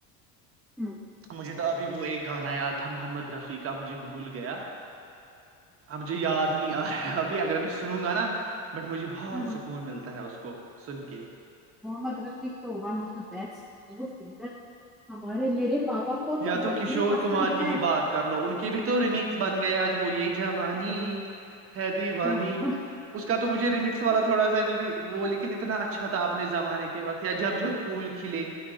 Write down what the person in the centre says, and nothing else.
ہمم
ہاں
محمد رفیق تو ون آف دا بیسٹ وہ سن ہمارے میرے پاپا کو
وہ اتنے
پسند
ہے
ہاں ہاں